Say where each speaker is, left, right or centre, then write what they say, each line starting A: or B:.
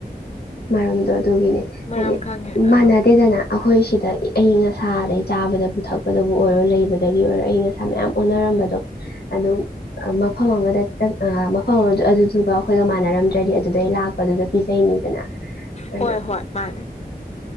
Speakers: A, on the left; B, on the left.
A: ꯃꯔꯝꯗꯣ ꯑꯗꯨꯒꯤꯅꯦ
B: ꯃꯔꯝ
A: ꯍꯥꯏꯗꯤ
B: ꯈꯪꯉꯦ ꯑꯥ
A: ꯃꯥꯟꯅꯗꯦꯗꯅ ꯑꯩꯈꯣꯏ ꯁꯤꯗ ꯑꯏꯪ ꯑꯁꯥ ꯑꯗꯩ ꯆꯥꯕꯗ ꯄꯨꯊꯛꯄꯗꯕꯨ ꯑꯣꯏꯔꯣ ꯂꯩꯕꯗꯒꯤ ꯑꯣꯏꯔꯣ ꯑꯏꯪ ꯑꯁꯥ ꯃꯌꯥꯝ ꯑꯣꯟꯅꯔꯛ ꯗꯣ ꯑꯗꯨꯝ ꯃꯐꯝ ꯑꯃꯗ ꯃꯐꯝ ꯑꯃꯗ ꯑꯗꯨꯗꯨꯒ ꯑꯩꯈꯣꯏꯒ ꯃꯥꯟꯅꯔꯝꯗ꯭ꯔꯗꯤ ꯑꯗꯨꯗꯩ ꯂꯥꯛꯄꯗꯨꯗ ꯄꯤꯖꯩꯅꯤꯗꯅ ꯑꯗꯨꯅ
B: ꯍꯣꯏ ꯍꯣꯏ ꯃꯥꯅꯦ